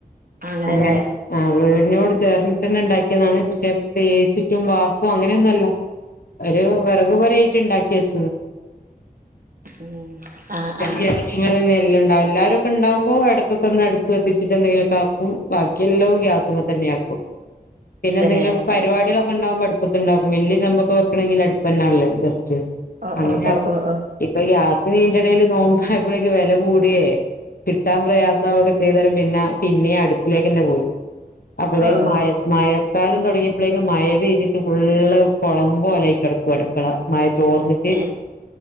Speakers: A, on the right (about 60°); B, on the left (about 70°).
A: അങ്ങനെല്ലേ
B: അങ്ങനെ ആ വീടിനോട് ചേർന്നിട്ട് തന്നെ ഉണ്ടാക്കിയതാണ് പക്ഷെ തേച്ചിറ്റും വാർപ്പും അങ്ങനെയൊന്നും അല്ല ഒരു വിറക് പോരയിട്ട് ഉണ്ടാക്കി വെച്ചത്
A: ഉം ആഹ് ആഹ്
B: ഗ്യാസിങ്ങ തന്നെ എല്ലാം ഉണ്ടാവും എല്ലാരും ണ്ടാവുമ്പോ ഇടക്കൊക്കെ ഒന്ന് അടുപ്പ് കത്തിച്ചിട്ട് എന്തെിലൊക്കെ ആക്കും ബാക്കിെല്ലാം ഗ്യാസമ്മ തന്നെയ ആക്കും പിന്നെ
A: തന്നെ
B: എന്തെങ്കിലു പ പരിപാടികളക്കെ ഉണ്ടാമ്പോ അടുപ്പത്തണ്ടാക്കും വലിയ ചെമ്പൊക്കെ വയ്ക്കണമെങ്കിൽ അടുപ്പ തന്നാ നല്ലത് ബെസ്റ്റ്
A: ഓ
B: അങ്ങനെയകു
A: ഓ ഓ ഓ ഓ
B: ഇപ്പൊ ഗ്യാസ് നീന്റെ ഇടൽ നോമ്പോയപ്പോഴേക്ക് വില കൂടിയേ കിട്ടാൻ പ്രയാസം അവൊക്കെ ചെയ്തുതരും പിന്നെ പിന്നെ അടുപ്പിലേക്ക് തന്നെ പോയി അപ്പോത്തേക്ക്
A: ഓ
B: മയ മഴക്കാലം തുടങ്ങിയപ്പോഴേക്കും മഴവെയ്തിട്ട് ഫുള്ള് കുളമ്പ പോലായി കിടക്കും അടുക്കള മഴ ചോർന്നി
A: ഏഹ്